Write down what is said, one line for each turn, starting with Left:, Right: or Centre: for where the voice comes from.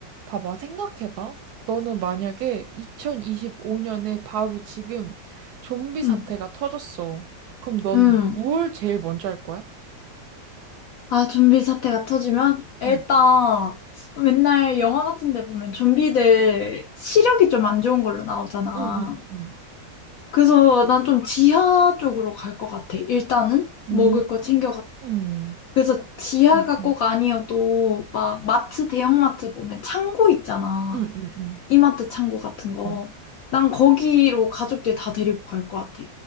Right: 봐봐, 생각해봐. 너는 만약에 2025년에 바로 지금 좀비 사태가
Left: 음,
Right: 터졌어. 그럼 넌
Left: 음.
Right: 뭘 제일 먼저 할 거야?
Left: 아, 좀비 사태가 터지면? 일단,
Right: 응
Left: 맨날 영화 같은 데 보면 좀비들 시력이 좀 안 좋은 걸로 나오잖아.
Right: 응, 응, 응,
Left: 그래서 난 좀 지하 쪽으로 갈 것 같아. 일단은 먹을
Right: 음,
Left: 거 챙겨가.
Right: 응.
Left: 그래서 지하가
Right: 어, 어,
Left: 꼭 아니어도 막 마트, 대형마트 보면 창고 있잖아.
Right: 응, 응, 응.
Left: 이마트 창고 같은 거.
Right: 응
Left: 난 거기로 가족들 다 데리고 갈 것 같아.